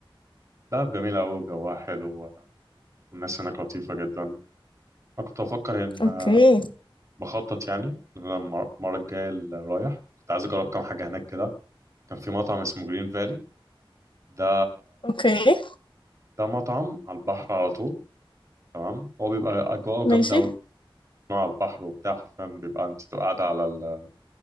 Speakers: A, on the right; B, on the left.
A: دهب جميل أوي جواها حلو والناس هناك لطيفة جدا أنا كنت بفكر إن
B: اوكي
A: بخطط يعني إن أنا المر- المرة الجاية اللي رايح كنت عايز أجرب كام حاجة هناك كده كان في مطعم اسمه جرين فالي ده
B: اوكي
A: ده مطعم على البحر على طول تمام هو بيبقى أجواءه
B: ماشي
A: جامدة أوي نوع على البحر وبتاع حرفيا بيبقى أنت بتبقى قاعدة على ال...